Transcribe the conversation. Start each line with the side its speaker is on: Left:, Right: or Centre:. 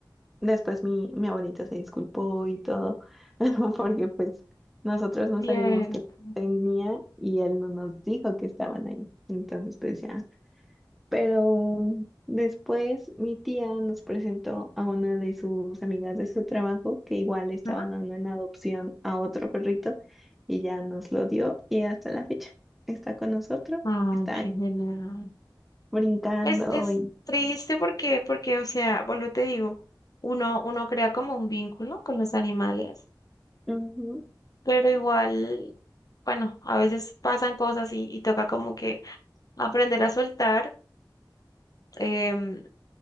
Centre: Después mi, mi abuelita se disculpó y todo, <laughs> porque pues nosotros no
Left: Cierto.
Centre: sabíamos que tenía y él no nos dijo que estaban ahí. Entonces pues ya. Pero después mi tía nos presentó a una de sus amigas de su trabajo que igual estaba
Left: Ajá.
Centre: dando en adopción a otro perrito y ya nos lo dio y hasta la fecha está con nosotros,
Left: Ay,
Centre: está
Left: qué
Centre: ahí
Left: genial.
Centre: brincando
Left: Es, es
Centre: y...
Left: triste porque, porque, o sea, vuelvo y te digo, uno, uno crea como un vínculo con los animales,
Centre: ujú,
Left: pero igual, bueno, a veces pasan cosas y, y toca como que aprender a soltar. em,